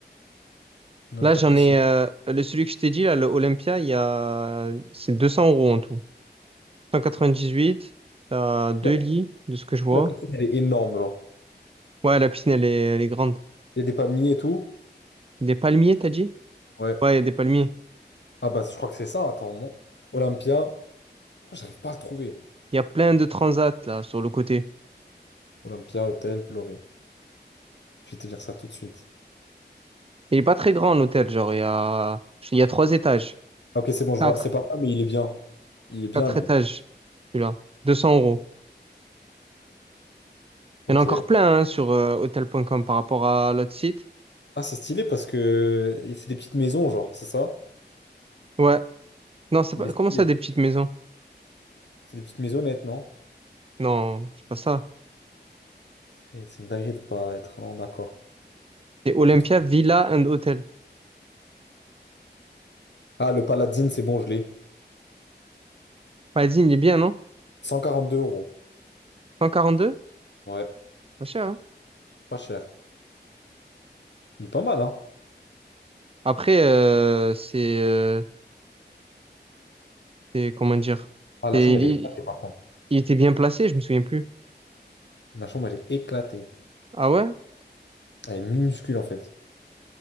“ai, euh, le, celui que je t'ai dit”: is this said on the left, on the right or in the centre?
Right